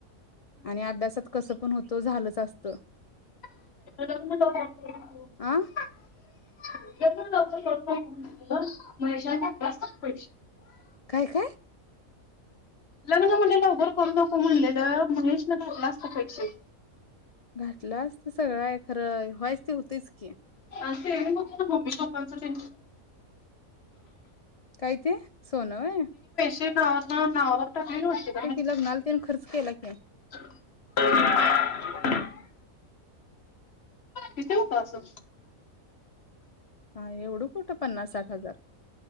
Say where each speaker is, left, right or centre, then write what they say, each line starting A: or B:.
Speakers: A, on the left; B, on the left.
A: आणि अभ्यासात कसं पण होतो झालंच असत.
B: <inaudible>
A: अ
B: <unintelligible>
A: काय काय,
B: लग्न म्हटल लवकर करू नको म्हणलेलं महेश न घातला असता पैसे.
A: घातलं असत सगळ आहे, खरं व्हाय ते होतयच की,
B: आ ते मग मम्मी पप्पाचा <inaudible>
A: काय ते, सोनं व्हय
B: ते <unintelligible> <unintelligible>
A: की लग्नाला त्यान खर्च केला की
B: किती होते, असं
A: एवढं कुठं पन्नासर, साठ हजार